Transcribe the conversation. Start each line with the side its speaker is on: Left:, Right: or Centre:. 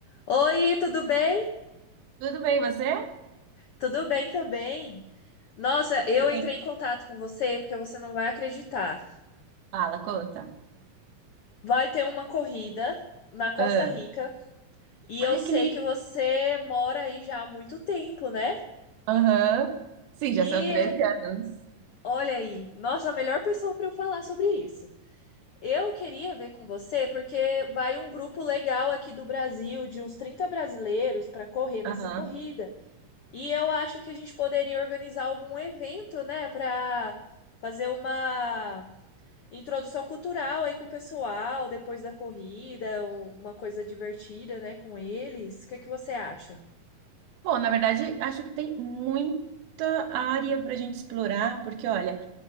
Left: Oi, tudo bem?
Right: Tudo bem, você? E
Left: Tudo bem também. Nossa, eu entrei
Right: aí?
Left: em contato com você porque você não vai acreditar.
Right: Fala, conta.
Left: Vai ter uma corrida na Costa
Right: Ah,
Left: Rica e
Right: Ai,
Left: eu sei
Right: que legal.
Left: que você mora aí já há muito tempo, né?
Right: Aham. Sim, já
Left: E
Right: são treze anos.
Left: olha aí, nossa, a melhor pessoa para eu falar sobre isso. Eu queria ver com você porque vai um grupo legal aqui do Brasil, de uns 30 brasileiros, para correr nessa
Right: Aham.
Left: corrida. E eu acho que a gente poderia organizar algum evento, né, para fazer uma introdução cultural aí com o pessoal depois da corrida, uma coisa divertida, né, com eles. O que é que você acha?
Right: Bom, na verdade, acho que tem muita área para a gente explorar, porque, olha,